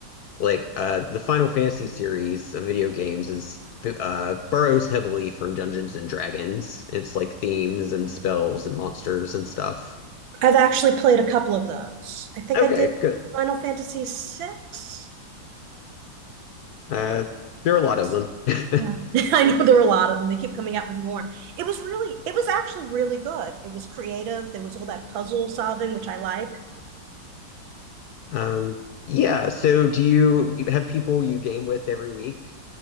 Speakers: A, on the left; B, on the right.
A: like uh the Final Fantasy series of video games is uh borrows heavily from Dungeons and Dragons. It's like themes and spells and monsters and stuff.
B: I've actually played a couple of those. I think
A: Okay,
B: I did
A: good.
B: Final Fantasy six.
A: Uh
B: I
A: there are a
B: think
A: lot
B: it was
A: of them. <laughs>
B: yeah. <laughs> I know there are a lot of them. They keep coming out with more. It was really it was actually really good. It was creative. There was all that puzzle solving, which I like.
A: Um yeah, so do you you have people you game with every week?